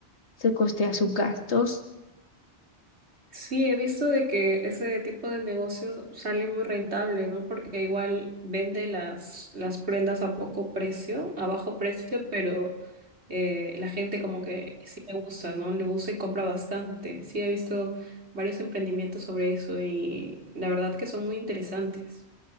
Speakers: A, on the left; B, on the right.
A: se costea sus gastos.
B: Sí, he visto de que ese tipo de negocio sale muy rentable, ¿no? Porque igual vende las, las prendas a poco precio, a bajo precio, pero eh, la gente como que sí le gusta, ¿no? Le gusta y compra bastante. Sí, he visto varios emprendimientos sobre eso y la verdad que son muy interesantes.